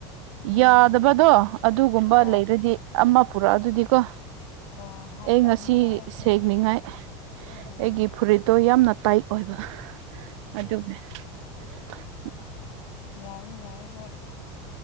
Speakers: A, on the left (about 70°); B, on the right (about 75°).
A: ꯎꯝ
B: ꯌꯥꯗꯕꯗꯣ ꯑꯗꯨꯒꯨꯝꯕ
A: ꯑ
B: ꯂꯩꯔꯗꯤ ꯑꯃ ꯄꯨꯔꯛꯑ ꯑꯗꯨꯗꯤꯀꯣ
A: ꯑ ꯍꯥꯞꯇꯕꯅꯤꯗ
B: ꯑꯩ ꯉꯁꯤ
A: ꯑꯩꯁꯨ
B: ꯁ ꯌꯦꯤꯡꯅꯤꯡꯉꯥꯏ
A: ꯎꯝ
B: ꯑꯩꯒꯤ ꯐꯨꯔꯤꯠꯇꯣ ꯌꯥꯝꯅ ꯇꯥꯏ ꯑꯣꯏꯕ ꯑꯗꯨꯗ <inaudible>
A: ꯌꯥꯏꯏ ꯌꯥꯏ ꯍꯣꯏ